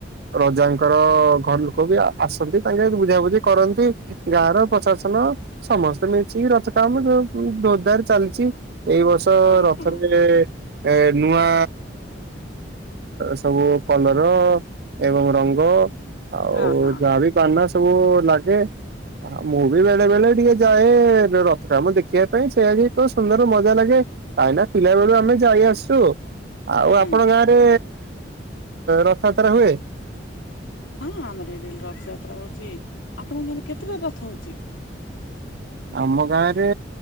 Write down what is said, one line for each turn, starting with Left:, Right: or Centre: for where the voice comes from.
Right: ରଜାଙ୍କର ଘର ଲୋକ ବି ଆସନ୍ତି ତାଙ୍କେ ବୁଝାବୁଝି କରନ୍ତି। ଊ ଗାଁର ପ୍ରଶାସନ ସମସ୍ତେ ମିଳିକି ରଥ କାମ ଧୋରଦାର ଚାଲିଛି ଏଇ ବର୍ଷ ତ
Left: ଅ
Right: ରଥରେ
Left: ହଁ
Right: ଏ ନୂଆ ସବୁ କଲର ଏବଂ ରଙ୍ଗ ଆଉ
Left: ଅ ହଁ
Right: ଯାହା ବି ବାନା ସବୁ ଲାଗେ। ଆ ମୁଁ ବି ବେଳେ ବେଳେ ଟିକେ ଯାଏ ରଥ କାମ ଦେଖିବା ପାଇଁ ସେଇଆ ବି ଏକ ସୁନ୍ଦର ମଜା ଲାଗେ। କାଇଁନା ପିଲା ବେଳୁ ଆମେ ଯାଇ ଆସୁ। ଆଉ
Left: ହୁଁ।
Right: ଆପଣ ଗାଁରେ ରଥଯାତ୍ରା ହୁଏ?
Left: ହଁ ଆମର ଇଆଡ଼େ ରଥଯାତ୍ରା ହଉଛି। ଆପଣଙ୍କ ଗାଁରେ କେତେଟା ରଥ ହଉଛି?
Right: ଆମ ଗାଁରେ